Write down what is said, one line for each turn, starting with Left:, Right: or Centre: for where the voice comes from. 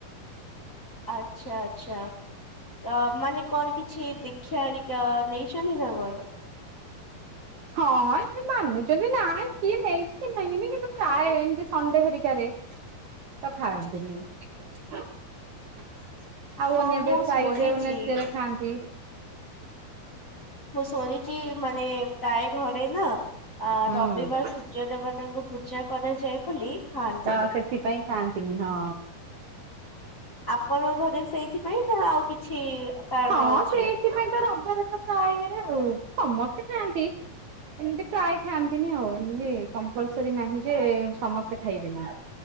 Left: ଆଚ୍ଛା ଆଚ୍ଛା ଅ ମାନେ କଣ କିଛି ଦି କ୍ଷା ଅରିକା ନେଇଛନ୍ତି ନା କଣ?
Right: ହଁ ଏ ଯିଏ ମାନୁଚନ୍ତି ନାଇଁ କିଏ ନେଇଛି କିଏ ନେଇନି କିନ୍ତୁ ପ୍ରାୟେ ଏମତି ସଣ୍ଡେ ହରିକାରେ ତ ଖାଆନ୍ତିିନି। ଆଉ
Left: ହଁ
Right: ଅନ୍ୟ
Left: ମୁଁ
Right: ଡେ ଫ୍ରାଇ
Left: ଶୁଣିଛି
Right: ଡେ ମାନେ ସେ ଖାଆନ୍ତି।
Left: ମୁଁ ଶୁଣିଚି ମାନେ ପ୍ରାୟେ ଘରେ ନା ଆ
Right: ହୁଁ
Left: ରବିବାର ସୂର୍ଯ୍ୟ ଦେବତାଙ୍କୁ ପୂଜା କରାଯାଏ ବୋଲି ଖଆନ୍ତି।
Right: ହଁ ସେଥିପାଇଁ ଖାଆ ନ୍ତିନି ହଁ।
Left: ଆପଣଙ୍କ ଘରେ ସେଇଥିପାଇଁ ନା ଆଉ କିଛି କାରଣ
Right: ହଁ
Left: ଅଛି?
Right: ସେଇଥିପାଇଁ ତ ରବିବାର ତ ପ୍ରାୟେ ଇଏରେ ଆଉ ସମସ୍ତେ ଖାଆନ୍ତି। ଏମତି ପ୍ରାୟେ ଖାଆନ୍ତିନି ଆଉ ଏମତି କମ୍ପଲସରି ନାହିଁଯେ ସମସ୍ତେ ଖାଇବେନି